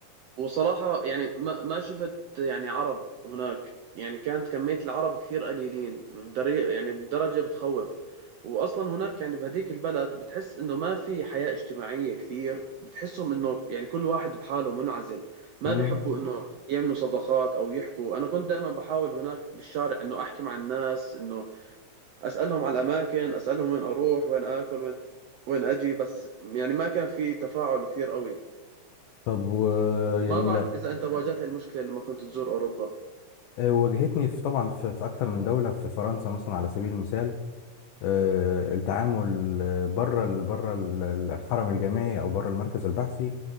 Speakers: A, on the right (about 75°); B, on the left (about 80°).
A: وصراحة يعني ما ما شفت يعني عرب هناك يعني كانت كمية العرب كثير قليلين بدري يعني بدرجة بتخوف وأصلا هناك يعني بهديك البلد بتحس إنه ما في حياة اجتماعية كثير بتحسهم إنه يعني كل واحد بحاله منعزل ما
B: امم
A: بيحبوا إنه يعملوا صداقات أو يحكوا أنا كنت دائما بحاول هناك بالشارع إنه أحكي مع الناس إنه أسألهم على الأماكن أسألهم وين أروح وين آكل وين وين أجي بس يعني ما كان في تفاعل كثير قوي
B: طب و يعني
A: ما بعرف
B: لا
A: إذا أنت واجهت هاي المشكلة لما كنت تزور أوروبا
B: آه، واجهتني في طبعا في, في اكتر من دولة في فرنسا مثلا على سبيل المثال أه التعامل بره بره الحرم الجامعي او بره المركز البحثي